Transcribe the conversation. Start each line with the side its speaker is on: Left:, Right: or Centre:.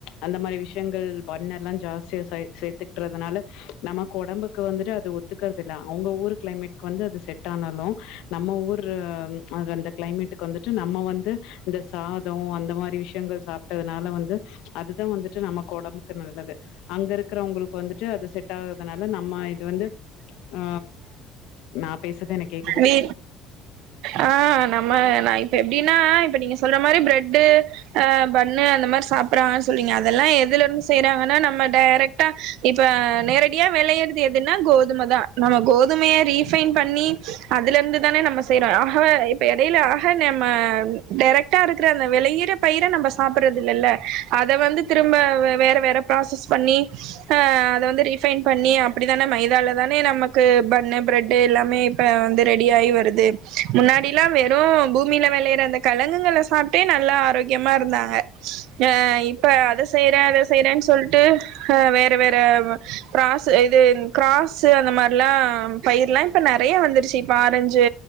Left: அந்த மாரி விஷயங்கள் பண்ணெல்லா ஜாஸ்தியா சை சேத்துட்க்டறதுனால நமக்கு ஒடம்புக்கு வந்துட்டு அது ஒத்துக்கறது இல்ல அவங்க ஊர் கிளைமேட் வந்து அது செட் ஆனாலு நம்ம ஊர் அந்த கிளைமேட்டுக்கு வந்துட்டு நம்ம வந்து இந்த சாதோ அந்த மாரி விஷயங்கள் சாப்ட்டதுனால வந்து அதுதா வந்து நமக்கு ஒடம்புக்கு நல்லது அங்க இருக்கிறவங்களுக்கு வந்து துட்டு அது செட் ஆகுறதுனால நம்ம இது வந்து ஆ நா பேசறது எனக்கு கேக்குது
Right: நீ ஆ நம்ம நா இப்ப எப்டினா ஆ இப்ப நீங்க சொல்ற மாரி பிரட்டு பன்னு அந்த மாரி சாப்புற்றா சொல்ரிங்க அதெல்லா எதுலருந்து செய்றாங்கன்னா நம்ம டேரெக்டா இப் இப்போ நேரடியா வெளைய்றது எதுனா கோதும தா நம்ம கோதுமய ரீஃபைன் பண்ணி அதுல இருந்து தானே நம்ம செய்றோ ஆ ஹ இப்போ எடைல ஆக நம்ம டேரேக்டா இருக்கிற அந்த விளையிற பயிர நம்ம சாப்பிற்றது இல்லல அத வந்து திரும்ப வேற வேற பிராசஸ் பண்ணி அத வந்து ரீஃபைன் பண்ணி அப்டித்தான மைதால தானே நமக்கு பண்ணு பிரெட்டு் எல்லாமே இப்ப வந்து ரெடி ஆகி வருது முன்னாடில்லா வெறு பூமில வெளையுற அந்த கெலங்குகள சாப்ட்டே நல்லா ஆரோக்யமா இருந்தாங்க ஆ இப்ப அத செய்றே இத செய்றேனு சொல்ட்டு வேற வேற ஆ கிராஸு இது கிராஸு அந்த மாரில்லா பயிருலா இப்ப நெறையா வந்துருச்சு இப்ப ஆரஞ்சு